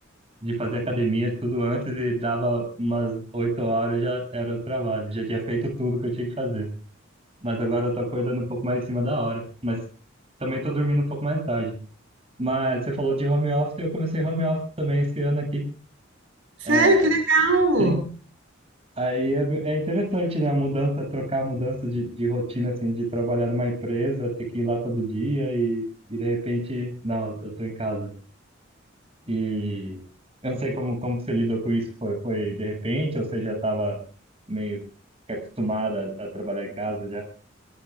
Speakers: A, on the right; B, on the right.
A: de fazer academia tudo antes e dava umas oito horas já era o trabalho. Já tinha feito tudo que eu tinha que fazer. Mas agora eu tô acordando um pouco mais em cima da hora. Mas também tô dormindo um pouco mais tarde. Mas você falou de home office, eu comecei home office também esse ano aqui.
B: Sério,
A: É,
B: que legal!
A: sim, Aí é, é interessante, né? A mudança, trocar a mudança de, de rotina, assim, de trabalhar numa empresa, ter que ir lá todo dia e, e de repente, não, eu tô em casa. E eu não sei como, como que você lidou com isso. Foi, foi de repente ou você já estava meio que acostumada a, a trabalhar em casa já?